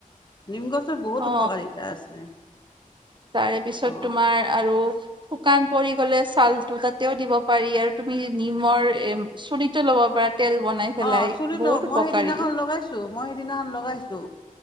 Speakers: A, on the left; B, on the right.
A: নিম গছৰ বহুত
B: অ
A: উপকাৰিতা আছে
B: তাৰে পিছত
A: অ
B: তোমাৰ আৰু শুকান পৰি গ'লে ছালটো তাতেও দিব পাৰি আৰু তুমি নিমৰ চুলিটো লব পাৰা তেল বনাই পেলাই
A: অ চুলি
B: বহুত
A: ল মই
B: উপকাৰী
A: সেইদিনাখন লগাইছো মই সেইদিনাখন লগাইছো